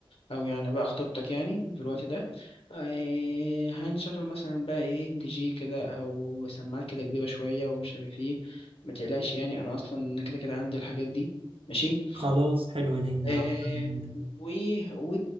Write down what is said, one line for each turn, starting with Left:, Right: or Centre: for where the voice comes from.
Left: او يعني بقى خطيبتك يعني في الوقت ده اه هنشغل مثلا بقى ايه دي جي كده او سماعات كده كبيرة شوية ومش عارف ايه ما تقلقش يعني انا اصلا انا كده كده عندي الحاجات دي ماشي
Right: خلاص حلوة دي
Left: آه
Right: هبقى أخدها من عندك
Left: و و